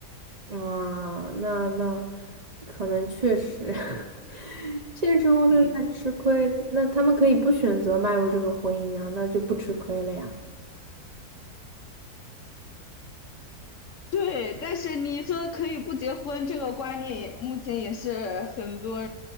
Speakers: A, on the right (about 45°); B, on the left (about 60°).
A: 啊，那那可能确实，<laughs> 现实生活中在吃亏。
B: 嗯，
A: 那他们可以不选择迈入这个婚姻啊，那就不吃亏了呀。
B: 对。但是你说可以不结婚，这个观念也目前也是很多